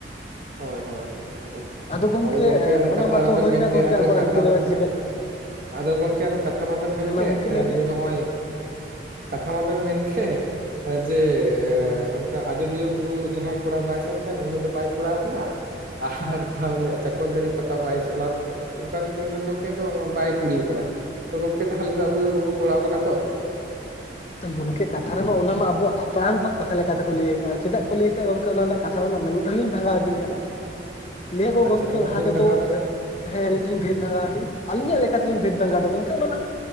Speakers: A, on the right; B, on the left.
A: ᱦᱚᱭ ᱦᱚᱭ ᱦᱚᱭ ᱜᱚᱝᱠᱮ
B: ᱜᱚᱢᱠᱮ
A: ᱟᱫᱚ ᱜᱚᱝᱠᱮ ᱚᱱᱮ
B: ᱚᱱᱟ
A: ᱠᱟᱛᱷᱟ
B: ᱢᱟᱛᱚ
A: ᱨᱮ ᱵᱮᱱ
B: ᱦᱩᱭᱱᱟ
A: ᱢᱮᱱ
B: ᱜᱚᱢᱠᱮ
A: ᱠᱮᱫ ᱟᱫᱚ
B: ᱟᱵᱚᱣᱟᱜ
A: ᱠᱟᱛᱷᱟ
B: ᱨᱤᱛᱤ ᱨᱮᱣᱟᱡᱽ ᱞᱮᱠᱟ
A: ᱟᱫᱚ ᱜᱚᱝᱠᱮ ᱟᱫᱚ ᱠᱟᱛᱷᱟ ᱢᱟᱵᱮᱱ ᱢᱮᱱᱠᱮᱜ
B: ᱦᱮᱸ ᱢᱟ ᱜᱚᱢᱠᱮ ᱞᱟᱹᱭ ᱵᱤᱱ
A: ᱡᱮ ᱱᱚᱜ-ᱚᱭ ᱠᱟᱛᱷᱟ ᱢᱟᱵᱮᱱ ᱢᱮᱱᱠᱷᱮᱜ ᱡᱮ
B: ᱦᱮᱸ
A: ᱚᱱᱠᱟ ᱟᱡᱚᱫᱤᱭᱟᱹ ᱵᱩᱨᱩ ᱡᱟᱦᱟᱸᱭ ᱠᱚᱲᱟ ᱵᱟᱭ ᱥᱮᱱ ᱠᱟᱱ ᱩᱱᱤ ᱫᱚ ᱵᱟᱭ ᱠᱚᱲᱟᱣ ᱟᱠᱟᱱᱟ ᱟᱨ
B: ᱦᱮᱸ
A: ᱛᱟᱦᱚᱞᱮ ᱪᱟᱠᱚᱞᱛᱟᱲᱤ ᱯᱟᱛᱟ ᱵᱟᱭ ᱪᱟᱞᱟᱣ <unintelligible> ᱚᱱᱠᱟ ᱢᱤᱫᱴᱮᱱ ᱵᱮᱱ ᱢᱮᱱᱠᱮᱫ ᱫᱚ ᱵᱟᱭ ᱠᱩᱲᱤᱣ ᱟᱠᱟᱱᱟ᱾ ᱛᱚ ᱜᱚᱝᱠᱮ ᱛᱟᱦᱚᱞᱮ ᱫᱚ ᱟᱵᱩ ᱫᱩ ᱵᱟᱵᱩ ᱠᱚᱲᱟᱣ ᱠᱟᱱᱟ ᱛᱚ?
B: ᱛᱚ ᱜᱚᱢᱠᱮ ᱠᱟᱛᱷᱟ ᱨᱮᱢᱟ ᱚᱱᱟ ᱢᱟ ᱟᱵᱚᱣᱟᱜ ᱦᱟᱯᱲᱟᱢ ᱠᱚᱣᱟᱜ ᱠᱟᱛᱷᱟ ᱞᱮᱠᱟᱛᱮᱠᱚ ᱞᱟᱹᱭ ᱟᱠᱟᱟᱜ-ᱟ, ᱪᱮᱫᱟᱜ ᱠᱚ ᱞᱟᱹᱭ ᱟᱠᱟᱜ-ᱟ ᱚᱝᱠᱟ ᱚᱱᱟ ᱨᱮᱱᱟᱜ ᱠᱟᱛᱷᱟ ᱛᱷᱟ ᱨᱮᱱᱟᱜ ᱢᱮᱱᱮᱫ ᱦᱚᱞᱤᱧ ᱵᱷᱟᱜᱟᱣᱟᱵᱤᱱ ᱠᱟᱱᱟ ᱞᱟᱹᱭᱟᱠᱚ
A: ᱟᱪᱪᱷᱟ
B: ᱜᱚᱢᱠᱮ
A: ᱛᱷᱚᱲᱟ
B: ᱞᱟᱦᱟ
A: ᱵᱷᱮᱫ
B: ᱛᱮᱫᱚ
A: ᱵᱷᱟᱜᱟᱣ ᱵᱮᱱ
B: ᱮᱸᱜ ᱦᱮᱸ ᱡᱩᱫᱤᱞᱤᱧ ᱵᱷᱮᱹᱫᱽ ᱵᱷᱟᱸᱜᱟᱣᱟ ᱴᱷᱤᱠ ᱟᱹᱞᱤᱧᱟᱜ ᱞᱮᱠᱟᱛᱮᱞᱤᱧ ᱵᱷᱮᱫᱽ ᱵᱷᱟᱸᱜᱟᱣ ᱫᱟ ᱜᱚᱝᱠᱟ ᱚᱱᱟ ᱱᱟᱦᱟᱜ